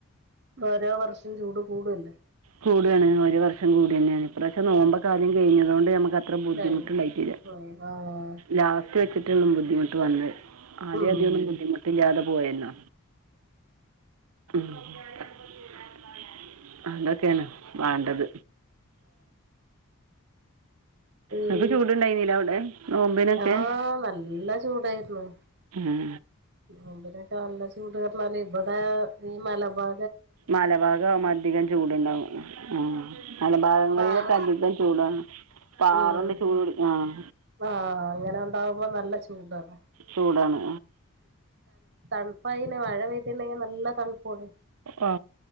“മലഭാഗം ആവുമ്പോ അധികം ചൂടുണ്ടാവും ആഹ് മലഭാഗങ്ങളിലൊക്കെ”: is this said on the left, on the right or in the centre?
Right